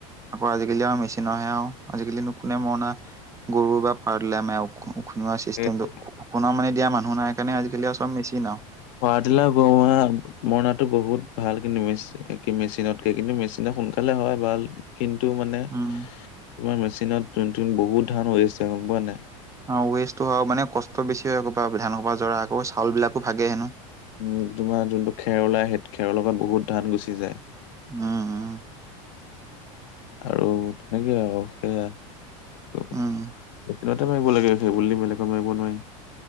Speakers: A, on the right; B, on the left.
A: আকৌ আজিকালি আও মেচিনৰহে আও আজিকালি কোনো মৰণা, গৰু, বা পাৱাৰ টেলাৰে মাৰে আও খুনোৱা চিষ্টেমটো
B: সেইটোৱে।
A: খুনোৱা মানে দিয়া মানুহ নাই কাৰণে আজিকালি আৰু চব মেচিন আও
B: পাৱাৰ টেলাৰ, গাৰু <unintelligible> মৰণটো বহুত ভালকে মিছ কি মেচিনতকে কিন্তু মেচিনে সোনকালে হয় ভাল কিন্তু মানে তোমাৰ
A: উম
B: মেচিনত যোন টোন বহুত ধান ৱেষ্ট হয় গম পোৱা নাই
A: অ ৱেষ্টটো হয় মানে কষ্ট বেছি হয় আকৌ পাৱাৰবিলাই যৰা আকৌ চাউল বিলাকো ভাগে হেনো।
B: উম তোমাৰ যোনটো খেৰ উলাই সেই খেৰৰ লগত বহুত ধান গুচি যায়।
A: উম উম
B: আৰু তেনেকে আৰু সেইয়া এইপিনে
A: উম
B: ত মাৰিব লাগে সেইবোলি বেলেগত মাৰিব নোৱাৰি।